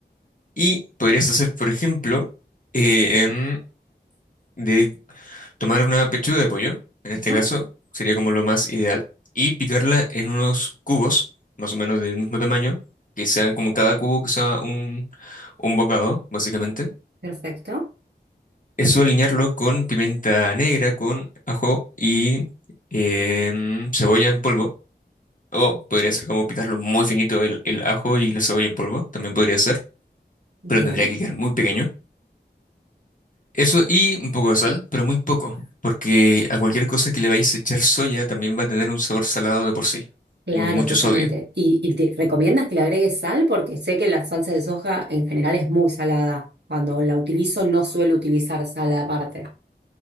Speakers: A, on the left; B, on the right.
A: Y podrías hacer, por ejemplo, eh, em, Tomar una pechuga de pollo, en este
B: Ajá,
A: caso, sería como lo más ideal, y picarla en unos cubos, más o menos del mismo tamaño, que sean como cada cubo que sea un, un bocado, básicamente.
B: Perfecto,
A: Eso alinearlo con pimienta negra, con ajo y em, cebolla en polvo, o podría ser como picarlo muy finito el, el ajo y la cebolla en polvo, también podría ser,
B: bien.
A: pero tendría que quedar muy pequeño. Eso y un poco de sal, pero muy poco, porque a cualquier cosa que le vayáis a echar soya también va a tener un sabor salado de por sí
B: Claro,
A: y muy- mucho
B: totalmente.
A: sodio.
B: ¿Y, y te recomiendas que le agregues sal? Porque sé que la salsa de soja en general es muy salada. Cuando la utilizo no suelo utilizar sal aparte.